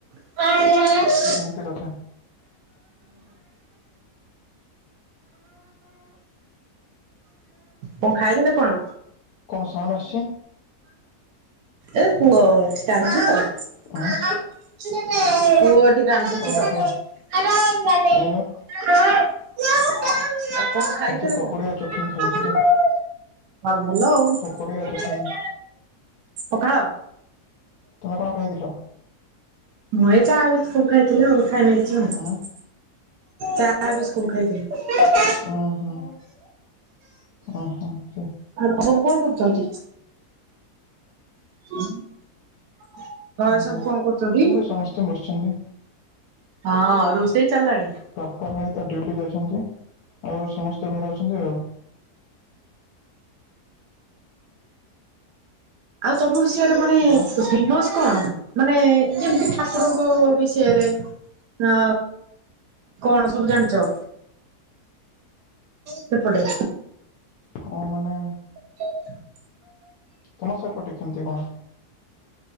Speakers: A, on the right; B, on the left.
A: <unintelligible>
B: ତେ କଥା
A: କଣ ଖାଇଥିଲେ କଣ?
B: କଣ ସାଉଣ୍ଡ ଆଶୁଛି।
A: ଏ ପୁଅ ଅଛି ଟାଣିଛୁ ତ।
B: ଆଉ
A: ପୁଅ ଏଠି କାନ୍ଦୁଚି
B: ଓହୋ
A: ତପ
B: ଏ
A: ହଁ ଆପଣ। ଖାଇଥିଲେ
B: ଆଜି
A: କଣ
B: ପକୋଡ଼ି ଆଉ ଚଟଣି ଖାଇଥିଲି
A: ହଁ ଭଲ ଆଉ।
B: ପକୋଡ଼ି ଚଟଣି
A: ପଖାଳ।
B: ତୁମେ କଣ ଖାଇଥିଲ?
A: ମୁଁ ଏଇ ଚାହା ବିସ୍କୁଟ ଖାଇଥିଲି ଆଉ ଖାଇନି କିଛିଆଉ
B: ଆଁ
A: ଚା ବିସ୍କୁଟ ଖାଇଥିଲି।
B: ଓହୋ ଓହୋ।
A: ଆ ଆପଣ କଣ କରୁଛନ୍ତି। ଘରେ
B: ହୁଁ
A: ସବୁ କଣ କରୁଛନ୍ତି?
B: ସେମିତି ସମସ୍ତେ ବସିଛନ୍ତି
A: ହଁ ରୋଷେଇ ଚାଲାଣି।
B: ତ ଭାଇ ତ ଡିଉଟି ଯାଇଛନ୍ତି, ଆଉ ସମସ୍ତେ ଘରେ ଅଛନ୍ତି ଆଉ
A: ଆଉ ତମର ସିଆଡେ ମାନେ
B: ହ୍ୟାଲୋ
A: ଫେମସ କଣ ମାନେ ଯେମିତି ଠାକୁରଙ୍କ ବିଷୟରେ। ଆ କଣ ସବୁ ଜାଣିଚ। ସେପଟେ।
B: ହଁ ମାନେ
A: <inaudible>
B: ତମ ସେପଟେ କେମିତି କଣ।?